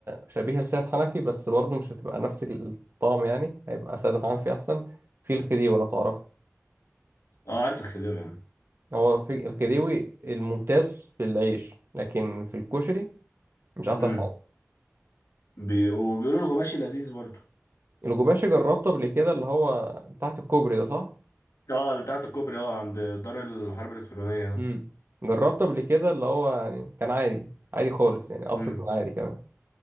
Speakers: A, on the right; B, on the left.
A: شبيهه لسيد حنفي بس برضو مش هتبقى نفس الطعم يعني هيبقى سيد حنفي احسن في الخديوي لو تعرفه
B: اه عارف الخديوي يا عم
A: هو في الخديوي الممتاز في العيش لكن في الكشري مش احسن
B: امم
A: حاجه
B: بي... وبيقولوا الغباشي لذيذ برضه
A: الجوباشي جربته قبل كده اللي هو تحت الكوبري ده صح
B: اه اللي بتاعت الكوبري اه عند دار الحرب الالكترونيه ده
A: امم جربته قبل كده اللي هو يعني كان عادي عادي خالص يعني ابسط
B: امم
A: من العادي كمان